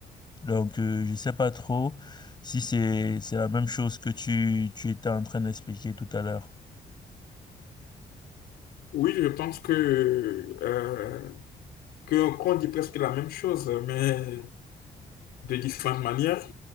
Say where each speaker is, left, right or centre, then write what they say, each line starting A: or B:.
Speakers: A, on the left (about 30°); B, on the left (about 90°).
A: Donc, euh, je sais pas trop si c'est c'est la même chose que tu, tu étais en train d'expliquer tout à l'heure.
B: Oui, je pense que euh, que- qu'on dit presque la même chose, mais de différentes manières.